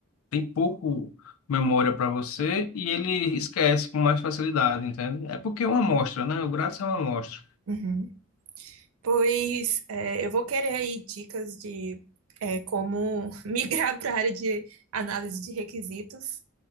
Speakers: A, on the left; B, on the right.
A: tem pouco memória para você e ele esquece com mais facilidade, entende? É porque é uma amostra, né? O grátis é uma amostra.
B: Uhum. Pois é, eu vou querer aí dicas de é, como <laughs> migrar para a área de análise de requisitos.